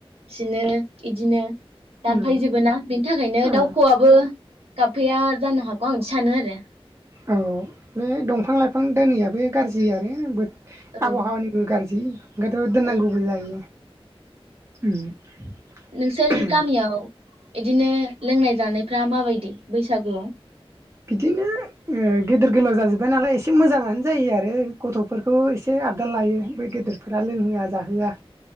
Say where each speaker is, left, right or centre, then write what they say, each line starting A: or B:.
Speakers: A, on the right; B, on the right.
A: सिनो इदिनो। दानफायजोबो
B: उम
A: ना बेनि थाखायनो
B: औ
A: दाउखौवौआबो गाबफैया जानो हागौ आं इदि सानो आरो
B: औ बे दंफां लाइफां दोनैयाबो गाज्रिआनो बो
A: औ
B: आबहावानिबो
A: औ
B: गाज्रि ओंखायथ' दोननांगौबो
A: उम
B: जाय। उम
A: नोंसोर गामियाव इदिनो लोंनाय जानायफ्रा माबायदि बैसागुआव?
B: बिदिनो ओ गेदेर गोलाव जाजोब्बाय नालाय एसे मोजाङानो जायो आरो गथ'फोरखौ एसे आबदाल लायो बै गेदेरफोरा लोंहोआ जाहोआ।